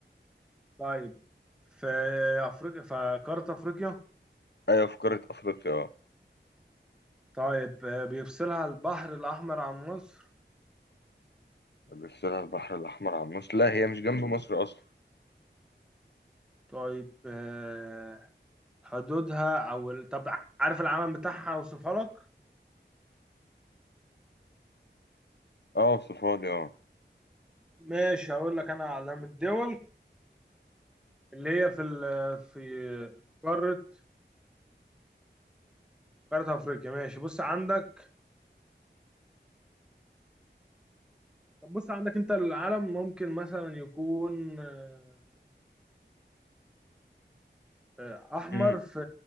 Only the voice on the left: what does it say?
ايوه في قارة افريقيا آه.
بتسأل البحر الأحمر عن مصر لا هي مش جنب مصر أصلا
اه صفالي اه
امم